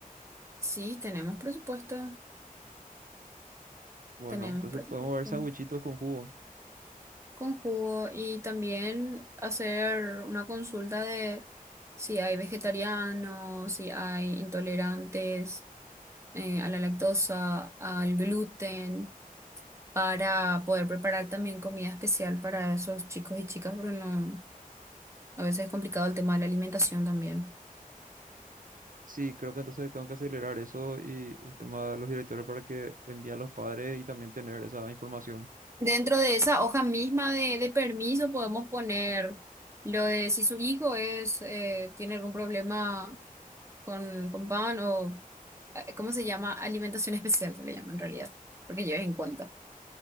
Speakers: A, on the right (about 20°); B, on the right (about 65°).
A: Sí, tenemos presupuesto.
B: Bueno,
A: Tenemos
B: entonces
A: presupuesto.
B: podemos ver sandwichitos con jugo.
A: con jugo y también hacer una consulta de si hay vegetarianos, si hay intolerantes eh, a la lactosa, al gluten, para poder preparar también comida especial para esos chicos y chicas, porque no, a veces es complicado el tema de la alimentación también.
B: Sí, creo que entonces tengo que acelerar eso y el tema de los directores para que le envíen a los padres y también tener esa información.
A: Dentro de esa hoja misma de, de permiso podemos poner lo de si su hijo es eh, tiene algún problema con, con pan o eh, ¿cómo se llama? Alimentación especial se le llama en realidad, porque lleves en cuenta.